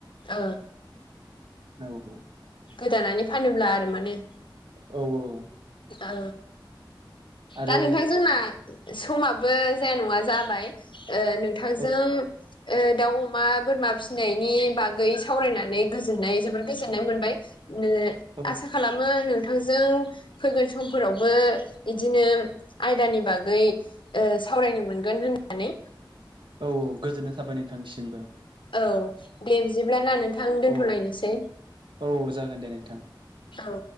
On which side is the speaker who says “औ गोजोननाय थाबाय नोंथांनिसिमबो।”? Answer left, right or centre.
Right